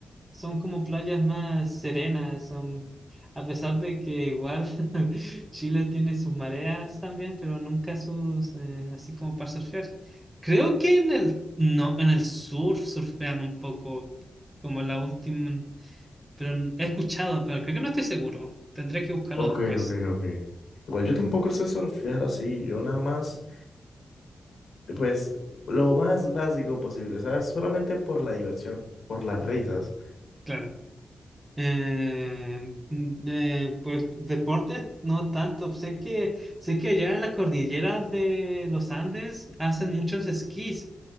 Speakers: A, on the right (about 15°); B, on the left (about 75°).
A: Son como playas más serenas, son... A pesar de que igual <laughs> Chile tiene sus mareas también, pero nunca sus... eh, así como para surfear. Creo que en el... No, en el sur surfean un poco, como la última... Pero n- he escuchado, pero creo que no estoy seguro. Tendría que buscarlo
B: Ok,
A: después,
B: ok, ok. Igual yo tampoco sé surfear así, yo nada más, pues, lo más básico posible, ¿sabes? Solamente por la diversión, por las risas.
A: claro. Eh, mm, eh, pues deportes no tanto. Sé que sé que allá en la cordillera de los Andes hacen muchos esquís.